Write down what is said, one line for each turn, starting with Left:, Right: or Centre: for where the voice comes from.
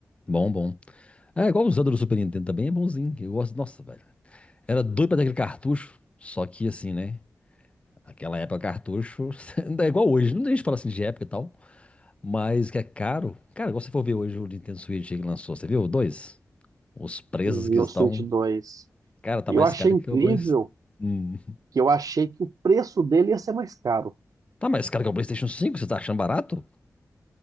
Left: Bom, bom. É igual o Zelda do Super Nintendo também, é bonzinho. Eu gosto, nossa, velho. Era doido pra ter aquele cartucho, só que assim, né? Aquela época cartucho <laughs> ainda é igual hoje. Não deixa de falar assim de época e tal. Mas que é caro. Cara, igual você for ver hoje o Nintendo Switch que lançou, você viu? Dois. Os preços
Right: E
Left: que estão.
Right: o Switch dois.
Left: Cara, tá
Right: E
Left: mais
Right: eu achei
Left: caro
Right: incrível
Left: que o PlayStation. Hum.
Right: que eu achei que o preço dele ia ser mais caro.
Left: Tá mais caro que o PlayStation cinco Você tá achando barato?